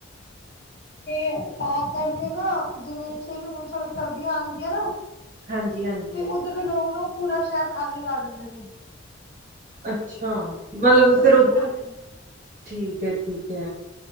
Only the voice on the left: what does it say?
ਤੇ ਤਾਂ ਕਰਕੇ ਨਾ ਜਿਵੇਂ ਛੇ ਮੈਨੂੰ ੜ ਸਰਦੀਆਂ ਆਉਦੀਆਂ ਨਾ
ਤੇ ਉੱਧਰ ਦੇ ਲੋਕ ਨਾ ਉਹ ਪੂਰਾ ਸ਼ਹਿਰ ਖਾਲੀ ਕਰ ਦਿੰਦੇ ਨੇ
ਜੰਮੂ
ਆ ਜਾਂਦੇ ਨੇ